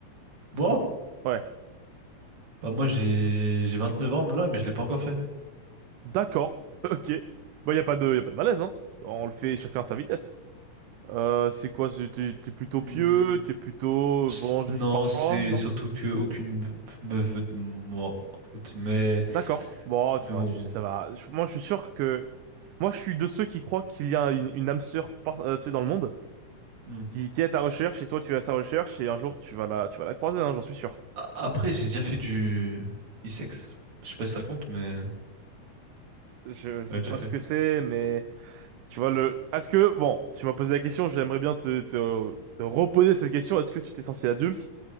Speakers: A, on the right (about 65°); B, on the right (about 80°).
A: bon,
B: Ouais,
A: bah moi j'ai j'ai 29 ans là, mais je l'ai pas encore fait.
B: d'accord, <laughs> ok. Bah, y a pas de, y a pas de malaise, hein. On le fait chacun à sa vitesse. Euh, c'est quoi, c'est- t'es t'es plutôt
A: Hmm,
B: pieux, t'es plutôt,
A: s-
B: bon, juste
A: Non,
B: par choix,
A: c'est
B: non?
A: surtout que aucune me me veut de moi, en fait. Mais
B: D'accord. Bon, tu
A: mais
B: vois,
A: bon.
B: tu sais, ça va. Je- Moi, je suis sûr que. Moi, je suis de ceux qui croient qu'il y a une, une âme sœur par, euh, tu sais, dans le monde,
A: hmm.
B: qui, qui est à ta recherche, et toi, tu es à sa recherche, et un jour, tu vas la, tu vas la croiser, hein, j'en suis sûr.
A: A- Après, j'ai déjà fait du e-sex. Je sais pas si ça compte, mais
B: Je sais
A: j'en ai déjà
B: pas
A: fait.
B: ce que c'est, mais. Tu vois, le, est-ce que, bon, tu m'as posé la question, j'aimerais bien te, te, te reposer cette question. Est-ce que tu t'es senti adulte,